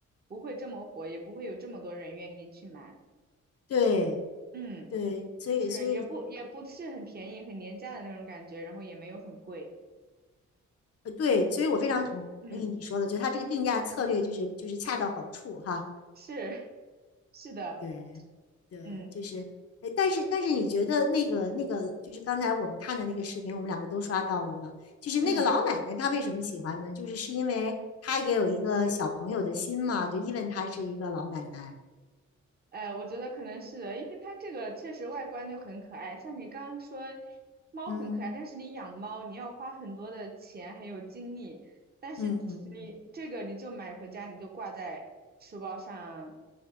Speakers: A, on the right; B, on the left.
A: 不会这么火，也不会有这么多人愿意去买。
B: 对
A: 嗯。
B: 对，所以所以
A: 就是也不也不是很便宜，很廉价的那种感觉，然后也没有很贵。
B: 呃，对，所以我非常同意你说的，
A: 嗯，
B: 就是它这个定价策略就是就是恰到好处哈。
A: 是 <laughs> 是的，
B: 对，对，
A: 嗯
B: 就是，哎，但是但是你觉得那个那个就是刚才我们看的那个视频，我们两个都刷到了吗？就是那个老奶奶她为什么喜欢呢？
A: 嗯，
B: 就是是因为她也有一个小朋友的心嘛，就因为她是一个老奶奶。
A: 呃，我觉得可能是的，因为它这个确实外观就很可爱，像你刚刚说猫很可爱，
B: 嗯
A: 但是你养猫你要花很多的钱还有精力，但是
B: 嗯嗯嗯。
A: 你这个你就买回家你就挂在书包上，